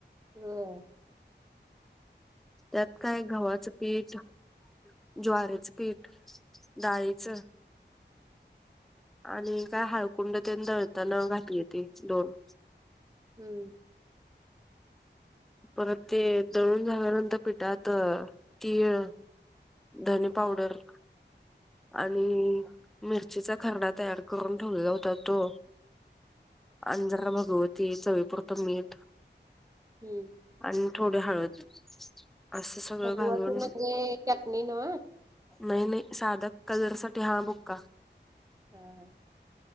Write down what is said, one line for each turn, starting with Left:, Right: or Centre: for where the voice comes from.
Right: होय
Centre: त्यात काय गव्हाचं पीठ, ज्वाराचं पीठ, डाळीचं, आणि काय हाळकुंड ते दळताना घातली येते. दोन
Right: हम्म
Centre: परत ते दळून झाल्यानंतर पिठात तीळ, धनी पावडर, आणि मिरचीचा खरडा तयार करून ठेवला होता. तो अंजर भगवती चवीपुरतं मीठ
Right: हम्म
Centre: आणि थोड हळद असं सगळं
Right: भगवती
Centre: घालून
Right: म्हणजे चटणी ना?
Centre: नाही नाही साध कलरसाठी हहा बुक्का
Right: हा हा